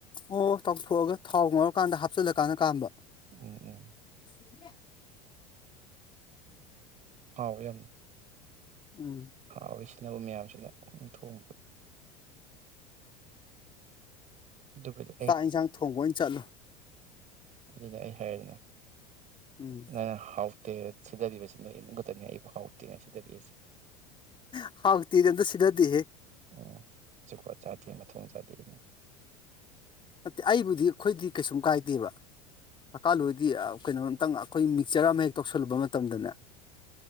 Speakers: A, on the left; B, on the right.
A: ꯑꯣ ꯇꯧꯊꯣꯛꯑꯒ ꯊꯥꯎ ꯉꯧꯔꯀꯥꯟꯗ ꯍꯥꯞ ꯆꯜꯂꯀꯥꯟꯗ ꯀꯥꯝꯕ
B: ꯎꯝ ꯎꯝ
A: <unintelligible>
B: ꯍꯥꯎꯋꯦ ꯌꯥꯝꯅ
A: ꯎꯝ
B: ꯍꯥꯎꯋꯦ ꯁꯤꯅꯕꯨ ꯃꯌꯥꯝꯁꯤꯅ ꯊꯣꯡ ꯑꯗꯨꯕꯨꯗꯤ
A: ꯆꯥꯛ ꯌꯦꯟꯁꯥꯡ ꯊꯣꯡꯕ ꯑꯣꯏꯅ ꯆꯠꯂꯨ
B: ꯑꯗꯨꯗꯤ ꯑꯩ ꯍꯥꯏꯔꯦꯅ
A: ꯎꯝ
B: ꯅ ꯍꯥꯎ <unintelligible> ꯅꯤ ꯑꯩꯕꯨ ꯍꯥꯎꯗꯦꯅꯦ ꯁꯤꯗꯕꯤꯁꯦ
A: ꯍꯥꯎꯇꯦꯗꯤ ꯑꯝꯇ ꯁꯤꯗꯗꯦꯍꯦ
B: ꯎꯝ ꯆꯥꯛꯀ ꯆꯥꯗꯦ ꯈꯨꯊꯣꯡ ꯆꯥꯗꯦꯅ
A: ꯅꯠꯇꯦ ꯑꯩꯕꯨꯗꯤ ꯑꯩꯈꯣꯏꯗꯤ ꯀꯩꯁꯨꯝ ꯀꯥꯏꯗꯦꯕ ꯀꯀꯥ ꯂꯣꯏꯗꯤ ꯀꯩꯅꯣ ꯑꯝꯇꯪ ꯑꯩꯈꯣꯏ ꯃꯤꯛꯆꯔ ꯑꯃ ꯍꯦꯛ ꯇꯧꯁꯜꯂꯨꯕ ꯃꯇꯝꯗꯅꯦ